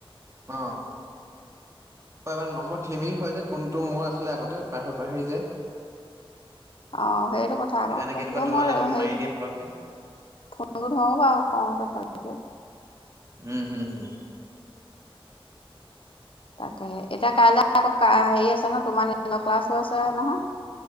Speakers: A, on the right; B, on the left.
A: আহ। হয় মানে নম্বৰ খেলি মেলি হয় যে কোনটো মোৰ আচলতে আগতে পাহৰি পাহৰি যায়।
B: আহ সেইটো কথা
A: সেইকাৰণে
B: আকল
A: কেতিয়াবা তোমালে
B: মোৰ হেৰি
A: মাৰি
B: নহয়
A: দিয়ে পতককে
B: ফোনটো থওঁ বাাৰু কওঁ তথাপি
A: উম, হম, হম।
B: তাকেহে এতিয়া কাইলে আকৌ হেৰি আছে ন তোমাৰ নি ক্লাছো আছে নহয়।